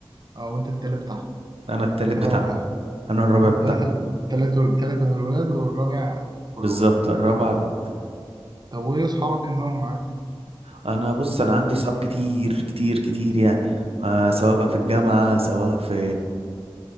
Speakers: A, on the right; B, on the right.
A: اه وانت التالت بتاعهم
B: انا التالت
A: انت
B: بتاعهم
A: الرابع بتاعهم
B: انا الرابع
A: انت
B: بتاعهم
A: تلاتة تلاتة تلاتة الولاد والرابع كلهم
B: بالظبط الرابعه بنت
A: طب وايه اصحابك ايه نظامهم معاك؟
B: انا بص انا عندي صحاب كتير كتير كتير يعني آه سواء
A: اكيد
B: بقى في الجامعه سواء في